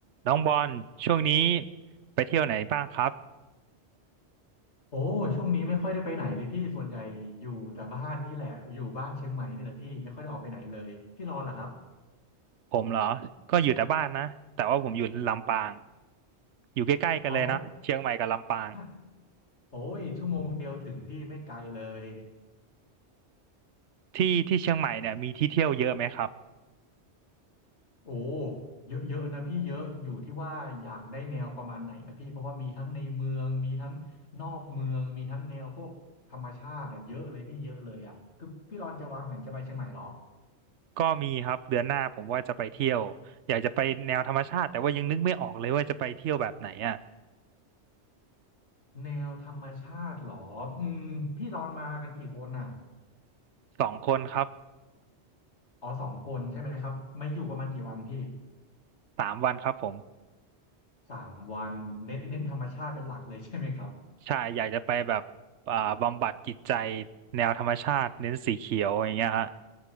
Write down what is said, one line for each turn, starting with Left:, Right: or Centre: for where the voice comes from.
Right: น้องบอลช่วงนี้ไปเที่ยวไหนบ้างครับ
Left: โอ้ช่วงนี้ไม่ค่อยได้ไปไหนเลยพี่ส่วนใหญ่อยู่แต่บ้านนี่แหละอยู่บ้านเชียงใหม่นี่แหละพี่ไม่ค่อยได้ออกไปไหนเลยพี่รอเหรอครับ
Right: ผมเหรอก็อยู่แต่บ้านนะแต่ว่าผมอยู่ลำปางอยู่ใกล้ๆกันเลยนะเชียงใหม่กับลำปาง
Left: อ๋อฮะโอ้ยชั่วโมงเดียวถึงพี่ไม่ไกลเลย
Right: ที่ที่เชียงใหม่เนี่ยมีที่เที่ยวเยอะไหมครับ
Left: โอ้เยอะเยอะนะพี่เยอะอยู่ที่ว่าอยากได้แนวประมาณไหนนะพี่เพราะว่ามีทั้งในเมืองมีทั้งนอกเมืองมีทั้งแนวพวกธรรมชาติอะเยอะเลยพี่เยอะเลยอะคือพี่รอนจะวางแผนจะไปเชียงใหม่เหรอ
Right: ก็มีครับเดือนหน้าผมว่าจะไปเที่ยวอยากจะไปแนวธรรมชาติแต่ว่ายังนึกไม่ออกเลยว่าจะไปเที่ยวแบบไหนอ่ะ
Left: แนวธรรมชาติเหรออืมพี่รอนมากันกี่คนอ่ะ
Right: สองคนครับ
Left: อ๋อสองคนใช่ไหมครับไม่อยู่ประมาณกี่วันพี่
Right: สามวันครับผม
Left: สามวันเน้นเน้นธรรมชาติเป็นหลักเลย <laughs> ใช่ไหมครับ
Right: ใช่อยากจะไปแบบอ่าบำบัดจิตใจแนวธรรมชาติเน้นสีเขียวอย่างเงี้ยฮะ